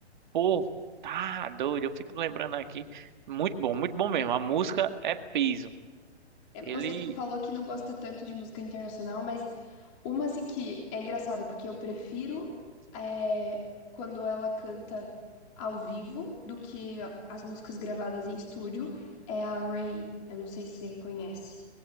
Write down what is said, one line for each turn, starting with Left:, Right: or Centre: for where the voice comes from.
Right: pô, tá doido, eu fico lembrando aqui. Muito bom, muito bom mesmo. A música é peso.
Left: É,
Right: Ele
Left: Você falou que não gosta tanto de música internacional, mas uma assim que é engraçada, porque eu prefiro é, quando ela canta ao vivo do que as músicas gravadas em estúdio, é a Ray. Eu não sei se você conhece.